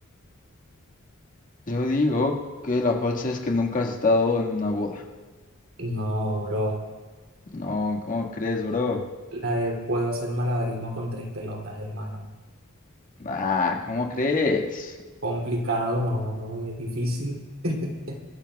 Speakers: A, on the left; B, on the right.
A: Yo digo que la falsa es que nunca has estado en una boda.
B: No, bro.
A: No, ¿cómo crees, bro?
B: La de puedo hacer malabarismo con tres pelotas, hermano.
A: Ah, ¿cómo crees?
B: Complicado, no, bro, es difícil. <laughs>